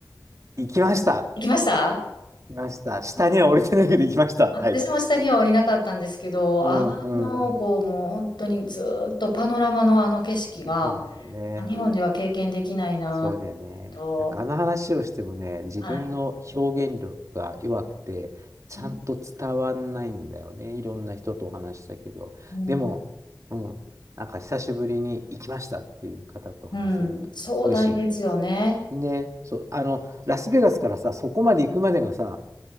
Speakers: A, on the right; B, on the left.
A: 行きました。
B: <laughs> 行きました
A: 行きました。下には降りてないけど行きました。
B: 私も下には降りなかったんですけど、
A: はい。うんうん。
B: あの、こう、もう本当にずーっとパノラマのあの景色が、
A: そうだよね。
B: 日本では経験できないな
A: そうだよね。
B: と、
A: なんかあの話をしてもね、自分の表現力が弱くて、
B: はい。
A: ちゃんと伝わんないんだよね。
B: う
A: いろんな人とお話したけど。
B: ん、
A: でも、うん、なんか久しぶりに行きましたっていう方と話せると嬉し
B: うん、壮大ですよね。
A: い。ね、そう、あの、ラスベガスからさ、そこまで行くまでがさ、